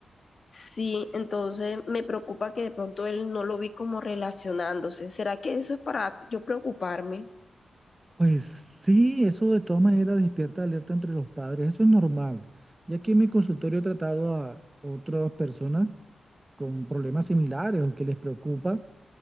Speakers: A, on the left; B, on the right.
A: Sí, entonces me preocupa que de pronto él no lo vi como relacionándose. ¿Será que eso es para yo preocuparme?
B: Pues sí, eso de todas maneras despierta alerta entre los padres, eso es normal, ya que en mi consultorio he tratado a otras personas con problemas similares o que les preocupa.